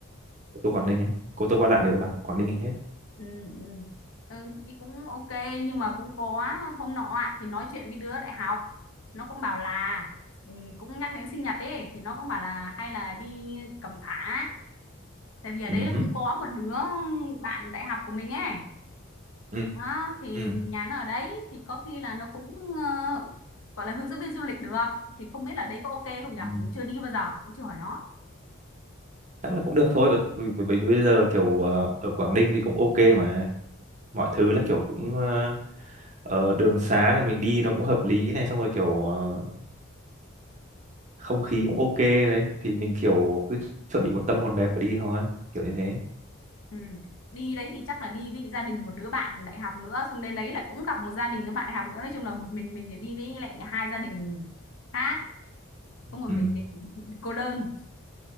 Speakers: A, on the right; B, on the left.
A: Cô Tô Quảng Ninh ấy. Cô Tô Quan Lạn đều ở bảng Quảng Ninh hết.
B: ừ ừ ừ, thì cũng ok nhưng mà cũng có hôm nọ ạ, thì nói chuyện với đứa đại học nó cũng bảo là ừ, cũng nhắc đến sinh nhật ấy thì nó cũng bảo là hay là đi Cẩm Phả tại vì ở đấy
A: Ừ.
B: là
A: hứ.
B: cũng có một đứa bạn đại học của mình ấy
A: Ừ.
B: đó thì
A: Ừ.
B: nhà nó ở đấy thì có khi là nó cũng ờ, gọi là hướng dẫn viên du lịch được thì không biết là đấy có ok không nhở
A: Ừ.
B: mình chưa đi bao giờ cũng chưa hỏi nó
A: Chắc là cũng được thôi. Bởi bởi- bởi bởi vì bây giờ kiểu ờ, ở Quảng Ninh thì cũng ok mà. Mọi thứ là kiểu cũng ờ, ờ, đường xá này mình đi nó cũng hợp lý này xong rồi kiểu ờ, không khí cũng ok đấy thì mình kiểu cứ chuẩn bị một tâm hồn đẹp và đi thôi kiểu như thế.
B: Ừ. Đi đấy thì chắc là đi với gia đình một đứa bạn đại học nữa xong đến đấy là cũng gặp một gia đình đứa bạn đại học nữa nói chung là một mình mình đi với lại hai gia đình khác có một mình
A: Ừ.
B: mình <laughs> cô đơn